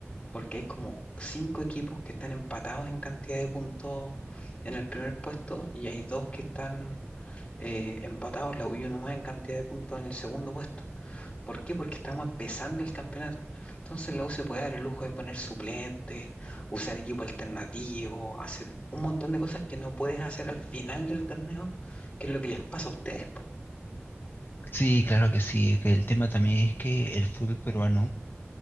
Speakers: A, on the left; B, on the left.
A: porque hay como cinco equipos que están empatados en cantidad de puntos en el primer puesto y hay dos que están eh, empatados, la U y uno más en cantidad de puntos en el segundo puesto. ¿Por qué? Porque estamos empezando el campeonato. Entonces la U se puede dar el lujo de poner suplentes, usar equipo alternativo, hacer un montón de cosas que no puedes hacer al final del torneo, que es lo que les pasa a ustedes, po.
B: Sí, claro que sí. Que el tema también es que el fútbol peruano